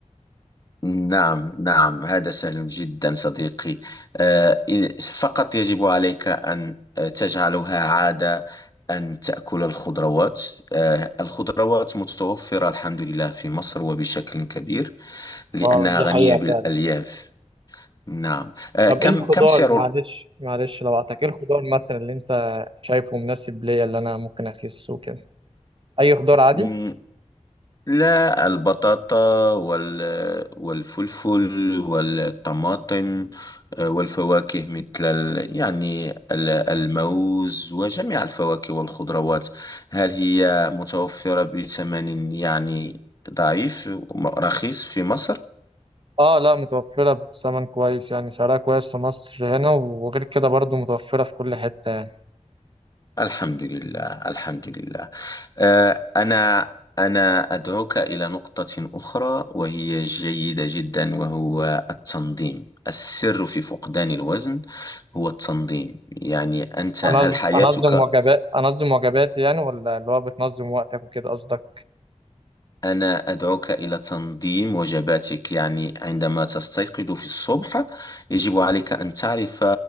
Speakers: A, on the left (about 30°); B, on the right (about 45°).
A: نعم نعم هذا سهل جدا صديقي آه، إذ- فقط يجب عليك أن آه، تجعلها عادة أن تأكل الخضروات آه، الخضروات متوفرة الحمد لله في مصر وبشكل كبير لأنها
B: اه دي
A: غنية
B: حقيقة
A: بالألياف
B: فعلا
A: نعم آه،
B: طب
A: كم
B: ايه الخضار
A: كم سعر
B: معلش معلش لو قطعتك ايه الخضار مثلا اللي انت شايفه مناسب ليا اللي انا ممكن اخس وكده اي خضار عادي
A: ال- لا البطاطا وال والفلفل والطماطم آه، والفواكه مثل ال- يعني ال- الموز وجميع الفواكه والخضروات هل هي متوفرة بثمن يعني ضعيف رخيص في مصر؟
B: اه لا متوفرة بثمن كويس يعني سعرها كويس في مصر هنا وغير كده برضو متوفرة في كل حتة يعني
A: الحمد لله الحمد لله آه، أنا أنا أدعوك إلى نقطة أخرى وهي جيدة جدا وهو التنظيم السر في فقدان الوزن هو التنظيم يعني أنت هل
B: أنظ-
A: حياتك
B: أنظم وجبات أنظم وجباتي يعني ولا اللي هو بتنظم وقتك وكده قصدك
A: أنا أدعوك إلى تنظيم وجباتك يعني عندما تستيقظ في الصبح يجب عليك أن تعرف